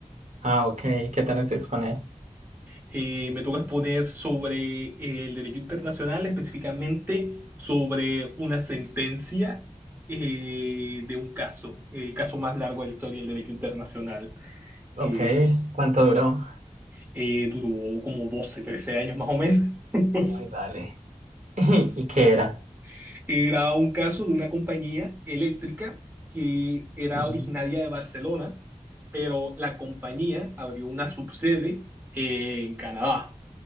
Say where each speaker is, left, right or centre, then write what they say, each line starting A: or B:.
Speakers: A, on the right; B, on the right.
A: Ah, ok. ¿Qué tenés que exponer?
B: Eh, me toca exponer sobre eh, el derecho internacional, específicamente sobre una sentencia eh, de un caso, el caso más largo de la historia del derecho internacional,
A: Ok.
B: que es,
A: ¿Cuánto duró?
B: eh, duró como 12, 13 años más o menos. <laughs>
A: Uy, dale. <laughs> ¿Y qué era?
B: <laughs> Era un caso de una compañía eléctrica que era
A: Ujú,
B: originaria de Barcelona, pero la compañía abrió una subsede en Canadá